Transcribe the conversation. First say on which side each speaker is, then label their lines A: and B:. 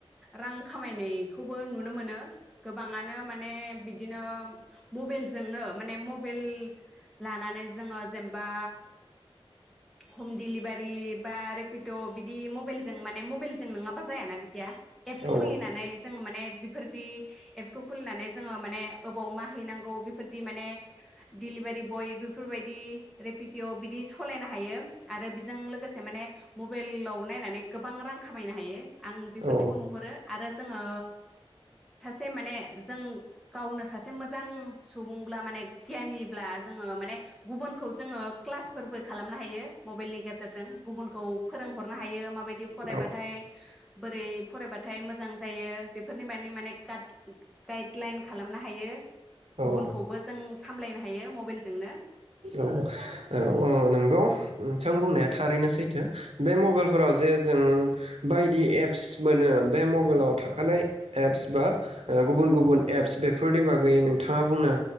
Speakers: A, in the centre; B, on the right (about 85°).
A: रां खामायनायखौबो नुनो मोनो गोबाङानो माने बिदिनो मबेलजोंनो माने मबेल लानानै जोङो जेनबा हम दिलिबारि बा रेपिद' बिदि मबेलजों माने मबेलजों नङाबा जायाना बिदिया। एप्स
B: औ
A: खुलिनानै जों माने बेफोरदि एप्सखौ खुुलिनानै जोङो माने ओबाव मा हैनांगौ बेफोरदि माने दिलिबारि बय फोरबायदि रेपिडअ बिदि सलायना हायो आरो बेजों लोगोसे माने मबेलाव नायनानै गोबां रां खामायनो हायो आं बेफोरदिखौ
B: औ
A: नुहुरो आरो जोङो सासे माने जों गावनो सासे मोजां सुबुंब्ला माने गियानिब्ला जोङो माने गुबुनखौ जोङो क्लासफोरबो। खालामनो हायो मबाइलनि गेजेरजों गुबुनखौ फोरोंहरनो हायो माबायदि फरायबाथाय।
B: औ
A: बोरै फरायबाथाय मोजां जायो बेफोरनि माने माने गाइडलाइन खालामनो हायो गुबुनखौबो
B: औ
A: जों सामलाय हायो मबाइलजोंनो।
B: औ औ औ नंगौ नोंथां बुंनाया थारैनो सैथो बे मबाइलफोराव जे जों बायदि एप्स मोनो बे मबाइलाव थाखानाय एप्स बा ओ गुबुन गुबुन एप्स बेफोरनि बागै नोंथाङा बुंनो